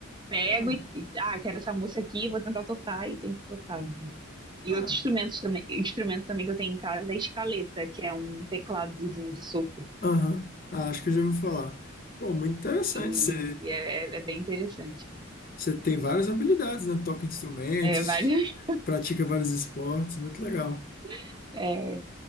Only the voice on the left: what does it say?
Ah,
ah,
aham. Ah, acho que eu já ouvi falar. Pô, muito interessante
você.
Você tem várias habilidades, né? Toca instrumentos,
pratica vários esportes, muito legal.